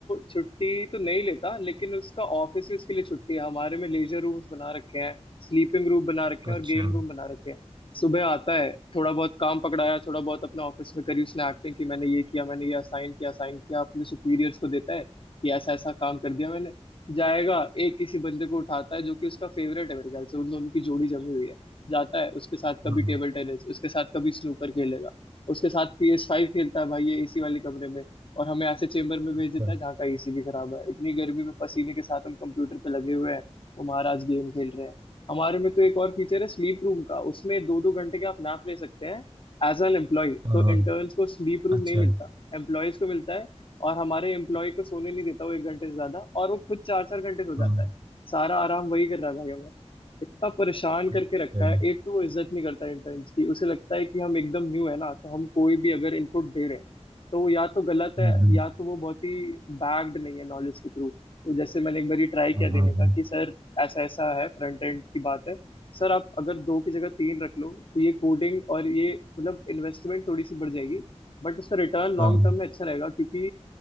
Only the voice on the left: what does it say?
छुट्टी तो नहीं लेता लेकिन उसका ऑफिस ही उसके लिए छुट्टी है हमारे में लेजर रूम्स बना रखे हैं स्लीपिंग रूम बना रखे हैं
और गेम रूम बना रखे हैं सुबह आता है थोड़ा बहुत काम पकड़ाया थोड़ा बहुत अपने ऑफिस में करी उसने एक्टिंग की मैंने ये किया मैंने ये असाइन किया असाइन किया अपने सुपीरियर्स को देता है कि ऐसा ऐसा काम कर दिया मैंने जाएगा एक किसी बंदे को उठाता है जो कि उसका फेवरेट है मेरे ख्याल से उन दोनों की जोड़ी जमी हुई है जाता है उसके साथ कभी
टेबल टेनिस उसके साथ कभी स्नूकर खेलेगा उसके साथ पी एस फाइव खेलता है भाई ये एसी वाले कमरे में और हमें ऐसे चेम्बर में भेज
देता है जहाँ का एसी भी खराब है इतनी गर्मी में पसीने के साथ हम कंप्यूटर पे लगे हुए हैं वो महाराज गेम खेल रहे हैं हमारे में तो एक और फीचर है स्लीप रूम का उसमें दो दो घंटे का आप नैप ले सकते हैं एज एन एम्प्लॉय
तो
इंटर्न्स को स्लीप रूम
नहीं मिलता एम्प्लॉयज को मिलता है और हमारे एम्प्लॉय को सोने नहीं देता वो एक घंटे से ज्यादा और वो खुद चार चार घंटे सो
जाता है सारा आराम वही कर रहा है भाई हमारा। इतना परेशान करके
रखा है एक तो वो इज्जत नहीं करता इंटर्न्स की उसे लगता है कि हम एकदम न्यू है ना तो हम कोई भी अगर इनपुट दे रहे हैं तो वो या तो गलत है
या तो वो बहुत ही बैग्ड नहीं है नॉलेज के थ्रू तो जैसे मैंने एक बार ट्राई किया
देने
का कि सर ऐसा ऐसा है फ्रंट एंड की बात है सर आप अगर दो की जगह तीन रख लो तो ये कोडिंग और ये मतलब इन्वेस्टमेंट थोड़ी सी बढ़ जाएगी बट उसका रिटर्न लॉन्ग
टर्म में अच्छा रहेगा क्योंकि